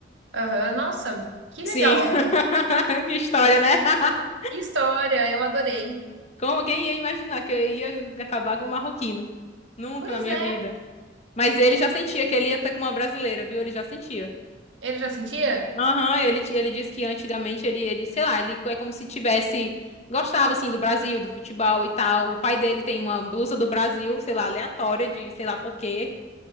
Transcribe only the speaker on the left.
Sim. <laughs> Que história, né? <laughs>
Como quem ia imaginar que eu ia acabar com um marroquino? Nunca
na minha
vida. Mas ele já sentia que ele ia estar com uma brasileira, viu? Ele já sentia.
Aham, ele, ti- ele disse que antigamente ele, ele, sei lá, ele é como se tivesse, gostava assim do Brasil, do futebol e tal. O pai dele tem uma blusa do Brasil, sei lá, aleatória de sei lá por quê.